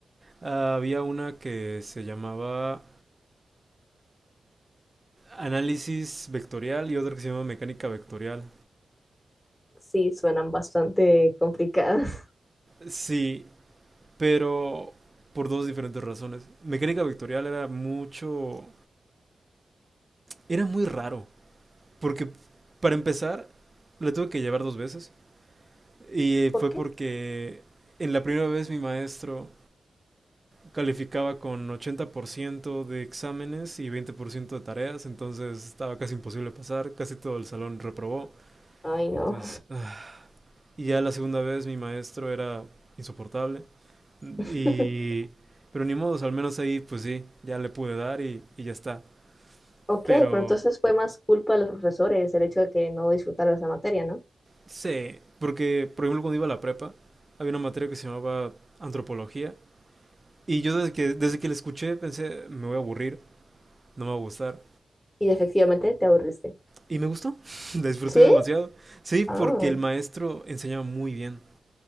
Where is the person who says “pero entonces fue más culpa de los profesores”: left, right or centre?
Left